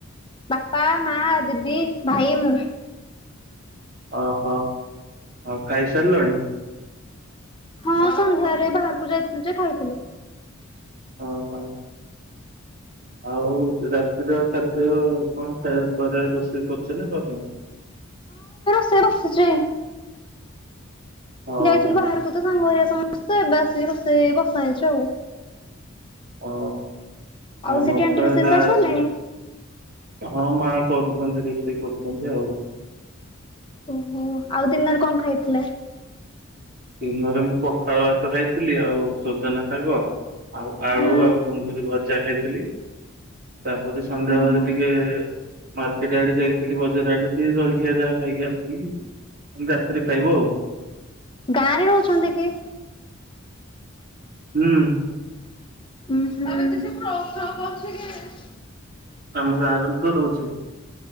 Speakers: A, on the left; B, on the right.
A: ବାପା ମା ଦିଦି ଭାଇ ମୁଁ।
B: ଅ ହ ଆଉ ଖାଇସାରିଲଣି?
A: ହଁ ସନ୍ଧ୍ୟାରେ ବାହାରକୁ ଯାଇଥିଲୁ ଯେ ଖାଇଥିଲୁ।
B: ଓହୋ। ଆଉ ରାତିର ଖାଦ୍ୟ କଣ ଖାଇବା ଦ୍ଵାରା ରୋଷେଇ କରୁଛ ନା କରିନ?
A: ସେ ବସିଚି
B: ଓହୋ
A: ଯାଇଥିଲୁ ବାହାରକୁ। ତ ସାଙ୍ଗ ହେରିକା ସମସ୍ତେ ଏବେ ଆସିକି ରୋଷେଇ ବସା ହେଇଛି ଆଉ।
B: ଓ
A: ଆଉ
B: ଆମର
A: ସେଠି ଆଣ୍ଟି
B: ତ
A: ରୋଷେଇ
B: ହେଲା
A: ସାରି
B: ଆଜି
A: ସାରିଲେଣି?
B: ହଁ ମା କରୁଛନ୍ତି ରୋଷେଇ କରୁଛନ୍ତି ଆଉ।
A: ଓହୋ ଆଉ ଦିନରେ କଣ ଖାଇଥିଲେ?
B: ଦିନରେ ମୁଁ ପଖାଳ ଭାତ ଖାଇଥିଲି ଆଉ ସଜନା ଶାଗ। ଆଉ ଆଳୁ
A: ହୁଁ
B: ଆଉ କୁନ୍ଦୁରି ଭଜା ଖାଇଥିଲି। ତାପରେ ସନ୍ଧ୍ୟାବେଳେ
A: ଓହୋ
B: ଟିକେ ମାର୍କେଟ ଆଡେ ଯାଇଥିଲି ବଜାର ଆଡେ ଟିକେ ଜଳଖିଆ ଯାହା ଖାଇକି ଆସିଥିଲି। ରାତିରେ ଖାଇବୁ ଆଉ।
A: ଗାଁ ରେ ରହୁଛନ୍ତି କି?
B: ହୁଁ।
A: ଊଁହୁ।
B: ଆମ ଗାଁରେ ବିତ ରଉଛି।